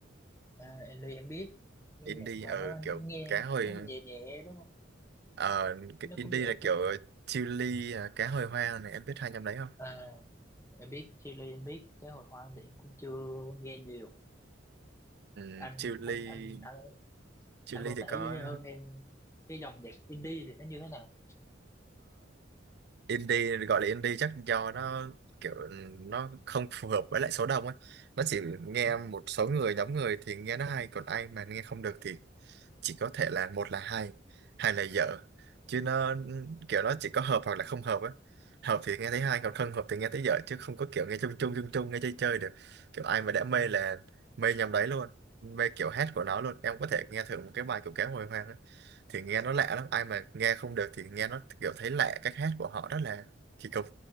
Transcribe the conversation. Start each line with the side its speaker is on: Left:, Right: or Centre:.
Left: à, Ellie em biết cái
Right: indie
Left: nhạc mà
Right: ừ,
Left: nó
Right: kiểu
Left: nghe
Right: cá hồi
Left: nó nhẹ nhẹ đúng không
Right: ờ, cái
Left: nó
Right: indie
Left: cũng nhẹ
Right: là
Left: không
Right: kiểu
Left: sao
Right: chili à, cá hồi hoang này em biết hai nhóm đấy không
Left: à em biết Chile em biết cái hồi hoang thì em cũng chưa nghe nhiều
Right: ừ,
Left: anh
Right: chili
Left: anh anh anh,
Right: chili
Left: anh vô
Right: thì
Left: tể
Right: có
Left: với hơn em cái dòng nhạc indie thì nó như thế nào
Right: indie gọi là indie chắc do nó kiểu nó không phù hợp với lại số đông ấy nó chỉ nghe
Left: Ừ,
Right: một số người nhóm người thì nghe nó hay còn ai mà nghe không được thì chỉ có thể là một là hay hai là dở chứ nó kiểu nó chỉ có hợp hoặc là không hợp ấy hợp thì nghe thấy hay
Left: ừ,
Right: còn không hợp thì nghe thấy dở chứ không có kiểu nghe chung chung chung chung nghe chơi chơi được kiểu ai mà đã mê
Left: ừ,
Right: là mê nhầm đấy luôn mê kiểu hát của nó luôn em có thể nghe thử một cái bài của Kéo Hồi Hoang ấy thì nghe nó lạ lắm ai mà nghe không được thì nghe nó kiểu thấy lạ cách hát của họ rất là kỳ cục